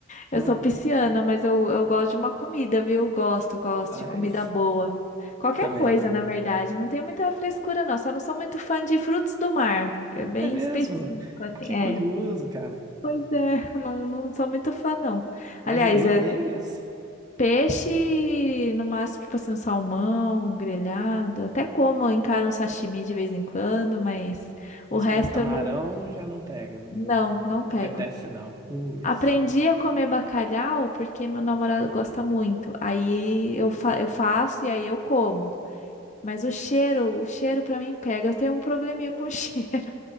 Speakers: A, on the left; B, on the right.
A: Eu
B: Nossa,
A: sou pisciana, mas eu, eu gosto de uma comida, viu? Gosto, gosto
B: paz.
A: de comida boa. Qualquer
B: Também.
A: coisa, na verdade. Não tem muita frescura, não. Só não sou muito fã de frutos do mar. É bem
B: É mesmo?
A: específico, assim.
B: Que
A: É.
B: curioso, cara.
A: Pois é, não, não sou muito fã, não.
B: Mas
A: Aliás,
B: nenhum
A: é
B: deles?
A: peixe, no máximo, tipo assim, um salmão, um grelhado. Até como, eu encaro um sashimi de vez em quando, mas
B: Mas
A: o resto
B: se for um camarão,
A: eu não,
B: já não pega. Não,
A: não, não
B: não
A: pego.
B: apetece, não. Putz.
A: Aprendi a comer bacalhau porque meu namorado gosta muito. Aí eu, fa eu faço e aí eu como. Mas o cheiro, o cheiro pra mim pega. Eu tenho um probleminha com <laughs> cheiro.